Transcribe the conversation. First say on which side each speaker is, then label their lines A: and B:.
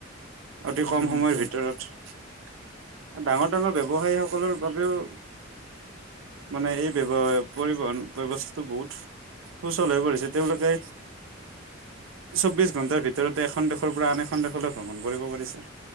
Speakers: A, on the right (about 80°); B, on the right (about 20°).
A: অতি
B: উম,
A: কম
B: উম,
A: সময়ৰ
B: হয়,
A: ভিতৰত ডাঙৰ ডাঙৰ ব্যৱসায়ীসকলৰ বাবেও মানে এই ব্যৱ পৰিবহন ব্যৱস্থা তো বহুত সুচল হৈ পৰিছে তেওঁলোকে চৌবিশ ঘন্টাৰ ভিতৰতে এখন দেশৰ পৰা আন এখন দেশলৈ ভ্ৰমণ কৰিব পাৰিছে